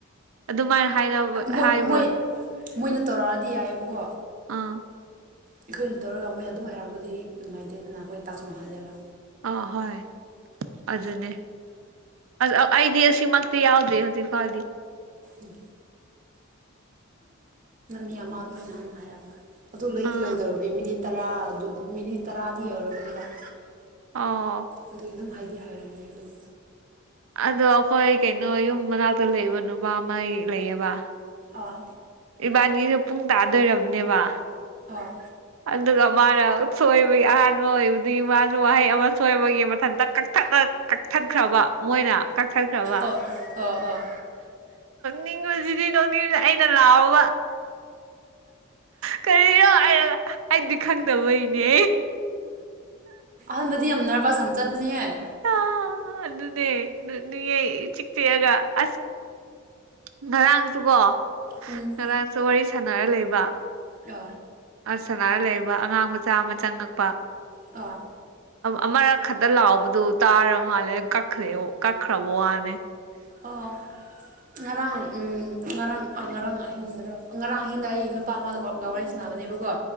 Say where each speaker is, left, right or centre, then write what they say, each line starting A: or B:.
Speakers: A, on the right; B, on the right.
A: ꯑꯗꯨꯃꯥꯏꯅ ꯍꯥꯏ
B: ꯃꯣꯏ
A: ꯍꯥꯏꯕ꯭ꯔꯣ
B: ꯃꯣꯏ ꯃꯣꯏꯅ ꯇꯧꯔꯛꯑꯗꯤ ꯌꯥꯏꯑꯕꯀꯣ
A: ꯑꯥ
B: ꯑꯩꯈꯣꯏꯅ ꯇꯧꯔꯒ ꯃꯣꯏꯅ ꯑꯗꯨꯝ ꯍꯥꯏꯔꯛꯄꯗꯤ ꯅꯨꯡꯉꯥꯏꯇꯦꯗꯅ ꯑꯩꯈꯣꯏ ꯇꯥꯛꯁ ꯃꯍꯜꯂꯦꯕ
A: ꯑ ꯍꯣꯏ ꯑꯗꯨꯅꯦ ꯑꯩꯗꯤ ꯑꯁꯤꯃꯛꯇꯤ ꯌꯥꯎꯗ꯭ꯦ ꯍꯧꯖꯤꯛ ꯐꯥꯎꯗꯤ
B: ꯎꯝ ꯃꯤ ꯑꯃ ꯑꯗꯨꯃꯥꯏꯅ ꯍꯥꯏꯔꯕ ꯑꯗꯨ ꯂꯩꯗꯤ
A: ꯑꯥ
B: ꯂꯣꯏꯗꯧꯅꯤ ꯃꯤꯅꯤꯠ ꯇꯔꯥ ꯃꯤꯅꯤꯠ ꯇꯔꯥꯗꯤ ꯌꯧꯔꯕꯅꯤꯅꯥꯛ
A: ꯑꯣ
B: ꯑꯗꯨꯒꯤ ꯑꯗꯨꯝ ꯍꯥꯏꯗꯤ ꯍꯥꯏꯔꯝꯅꯤ ꯑꯗꯨꯕꯨ
A: ꯑꯗꯣ ꯑꯩꯈꯣꯏ ꯀꯩꯅꯣ ꯌꯨꯝ ꯃꯅꯥꯛꯇ ꯂꯩꯕꯅꯣꯕ ꯑꯃ ꯂꯩꯌꯦꯕ
B: ꯑꯥ
A: ꯏꯕꯥꯅꯤꯁꯨ ꯄꯨꯡ ꯇꯥꯗꯣꯏꯔꯕꯅꯦꯕ
B: ꯑꯥ
A: ꯑꯗꯨꯒ ꯃꯥꯅ ꯁꯣꯏꯕꯒꯤ ꯑꯍꯥꯟꯕ ꯑꯣꯏꯕꯗꯤ ꯃꯥꯁꯨ ꯋꯥꯍꯩ ꯑꯃ ꯁꯣꯏꯕꯒꯤ ꯃꯊꯟꯇ ꯀꯛꯊꯠꯅ ꯀꯛꯊꯠꯈ꯭ꯔꯕ ꯃꯣꯏꯅ ꯀꯛꯊꯠꯈ꯭ꯔꯕ
B: ꯑꯣ ꯑꯣ ꯑꯣ
A: ꯅꯣꯛꯅꯤꯡꯕꯁꯤꯗꯤ ꯅꯣꯛꯅꯤꯡꯕꯁꯦ ꯑꯩꯅ ꯂꯥꯎꯕ ꯀꯔꯤꯅꯣ ꯍꯥꯏꯔꯒ ꯑꯩꯗꯤ ꯈꯪꯗꯕꯒꯤꯅꯦ
B: ꯑꯗꯗꯤ ꯌꯥꯝ ꯅꯔꯚꯁ ꯑꯃ ꯆꯠꯄꯅꯦꯍ
A: ꯑ ꯑꯗꯨ ꯑꯗꯨꯅꯦ ꯅꯌꯦꯦ ꯆꯤꯛꯇ ꯌꯥꯒ ꯑꯁ ꯉꯔꯥꯡꯁꯨꯀꯣ
B: ꯎꯝ
A: ꯉꯔꯥꯡꯁꯨ ꯋꯥꯔꯤ ꯁꯥꯟꯅꯔ ꯂꯩꯕ
B: ꯑ
A: ꯁꯅꯥꯔ ꯂꯩꯕ ꯑꯉꯥꯡ ꯃꯆꯥ ꯑꯃ ꯆꯪꯉꯛꯄ
B: ꯑ
A: ꯑꯃꯔꯛ ꯈꯛꯇ ꯂꯥꯎꯕꯗꯨ ꯇꯥ ꯃꯥꯜꯂꯦ ꯀꯛꯈ꯭ꯔꯦ ꯑꯣ ꯀꯛꯈ꯭ꯔꯕ ꯋꯥꯅꯦ
B: ꯑꯣ ꯉꯔꯥꯡ ꯎꯝ ꯉꯔꯥꯡ ꯉꯔꯥꯡ ꯑꯍꯤꯡꯗꯣ ꯉꯔꯥꯡ ꯑꯍꯤꯡꯗ ꯑꯩ ꯅꯨꯄꯥ ꯑꯃꯗ ꯒꯔꯦꯁ ꯅꯥ ꯃꯅꯦꯕꯀꯣ